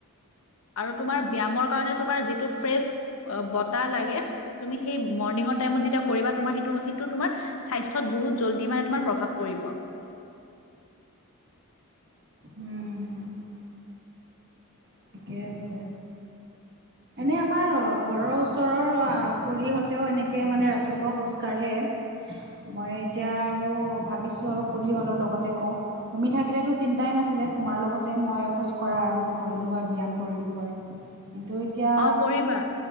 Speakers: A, on the left; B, on the right.
A: আৰু তোমাৰ ব্যমৰ। কাৰনে তোমাৰ যিটো ফেচ বতাহ লগে, তুমি হেই মৰ্নিংৰ টাইমত যেতিয়া। কৰিবা তোমাৰ সেইটো সেইটো তোমাৰ স্বাস্থত বহুত জল্দি মানে তোমাৰ প্ৰভাৱ পৰিব।
B: উম। ঠিকেই আছে। এনে আমাৰ ঘৰৰ ওচৰৰ খুৰীহঁতেও এনেকে মানে ৰাতিপুৱা খোজ কঢ়ে। মই এতিয়া আৰু ভাবিছো আৰু খৰিহঁতৰ লগতে কওঁ, তুমি থাকিলেতো চিন্তাই- নছিলে তোমাৰ লগতে মই খোজ কঢ়া আৰম্ভ কৰিলো হয়, ব্যায়াম কৰিলো হয়, কিন্তু- এতিয়া
A: অ কৰিবা,